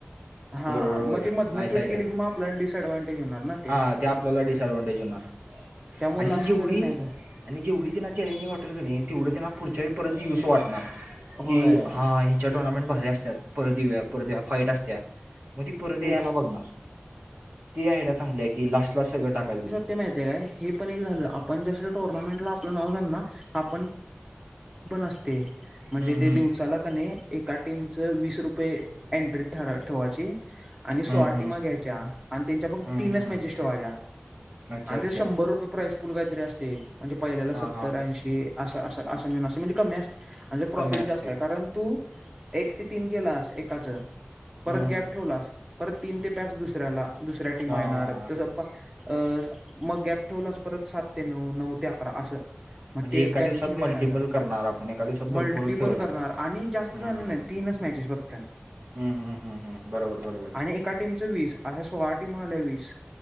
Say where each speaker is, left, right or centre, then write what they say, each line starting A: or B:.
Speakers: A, on the right; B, on the right.
A: हा
B: बरोबर
A: मग ती मधनं
B: नाही
A: ट्विट
B: साईड
A: केली
B: आहे
A: की मग आपल्याला डिसएडव्हनटेज होणार ना
B: हां ते आपल्याला डिसअडव्हां्टेज होणार
A: त्यामु
B: आणि
A: लास्टपर्यंत
B: जेवढी
A: नाहीच
B: आणि जेवढी त्यांना चॅलेंजिंग वाटेल का नाही तेवढं त्यांना पुढच्या परत यस वाटणार
A: होय
B: की हां च्या टोर्नामेंट भारी्या असतात परतवया परत फईट असत्या मग ती परत यायला
A: तेच
B: बघणार तेी आयडिया चांगल्या आहे की लास्ट लास्ट सगळं टाकायच
A: मा काणर्में आप झालं आप पण अस म्हणजे
B: हम्म, हम्म.
A: दिवसाला एका टीम च वीस रुपये एंट्री ठेवायची आणि सोळा
B: हम्म, हम्म.
A: टीमा घ्यायच्या आणि त्यांच्या फक्
B: हम्म,
A: तीनच
B: हम्म.
A: मॅचेस ठेवाज्या
B: अच्छा
A: आणि
B: अच्छा
A: त्या शंभर रुपये प्राइस फूल काहीतरी असते म्हणजे पहिल्याला
B: हां
A: सत्तर
B: हां
A: ऐंशी असं असं असं मिून असं म्हणजे कमी असत म्हं प्रॉफिट
B: कमी असते
A: जास्त आहे कारण तू एक ते तीन केलास एकाच
B: हम्म,
A: परत
B: हम्म.
A: गॅप ठेवलास परत तीन ते पाच दुसऱ्याला दुसऱ्या टीमा
B: हां
A: येणार तस अ मग गॅप ठेवलास परत सात ते नऊ नऊ ते अकरा असं मग
B: म्हणजे
A: ते
B: एका
A: त्यात
B: दिवसात
A: पण
B: मल्टिपल
A: फायदा
B: करणार आपण एका दिवसात भरपूर
A: मल्टिपल
B: खेळणार
A: करणार आणि जास्त
B: हम्म.
A: नाही तीनच मॅचेस फघत
B: हम्म हम्म हम्म हम्म बरोबर बरोबर
A: आणि एका टीमचं वीस अशा सोळा टीम आल्या वीस